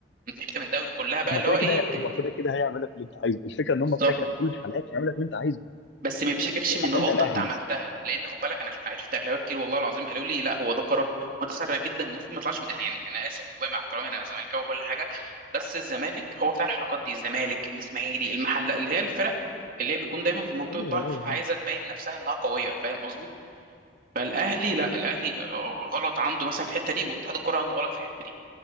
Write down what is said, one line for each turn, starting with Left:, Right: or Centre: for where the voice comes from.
Right: انسحبت من الدوري كلها بقى
Left: هم
Right: اللي
Left: كده
Right: هو
Left: كده
Right: ايه التهديد
Left: هم كده كده هيعمل لك اللي انت عايزه الفكره ان
Right: بالظبط
Left: هم كده كده في كل الحلقات هيعمل لك اللي انت عايزه
Right: بس ما يمسككش من
Left: عشان
Right: غلطه
Left: انت الاهلي
Right: انت عملتها لان خد بالك انا عرفت اغلبيه كتير والله العظيم قالوا لي لا هو ده قرار متسرع جدا المفروض ما يطلعش من الاهلي يعني انا اسف والله مع احترامي انا زملكاوي وكل حاجه بس الزمالك هو بتاع الحركات دي الزمالك الاسماعيلي المحله اللي هي الفرق اللي هي بيكون دايما في منطقه
Left: ايوه
Right: ضعف
Left: ايوه
Right: فعايزه
Left: فعلا.
Right: تبين نفسها انها قويه فاهم قصدي فالاهلي لا الاهلي غلط عنده مثلا في الحته دي واتحاد الكوره عنده غلط في الحته دي